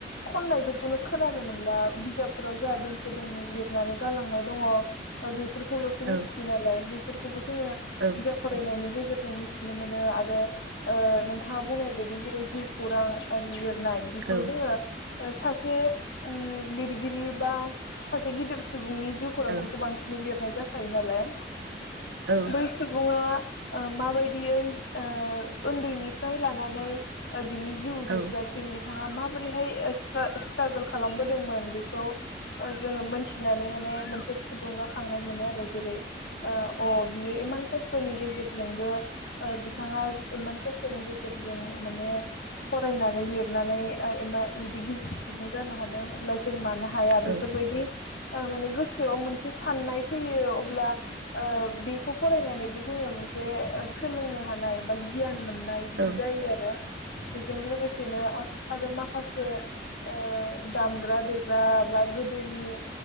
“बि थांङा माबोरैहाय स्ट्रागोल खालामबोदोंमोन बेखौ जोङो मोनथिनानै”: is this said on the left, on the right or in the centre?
Left